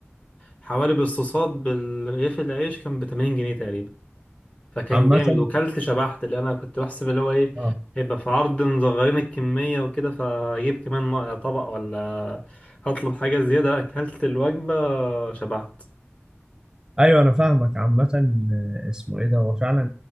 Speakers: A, on the left (about 30°); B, on the right (about 15°).
A: حوالي بالصوصات بالرغيف العيش كان ب 80 جنيه تقريبا فكان
B: عامة
A: جامد وكلت شبعت اللي انا كنت بحسب اللي هو ايه
B: اه
A: هيبقى في عرض مصغرين الكمية وكده فاجيب كمان م- طبق ولا هطلب حاجة زيادة لا اكلت الوجبة شبعت
B: ايوه انا فاهمك عامة آه، اسمه ايه ده هو فعلا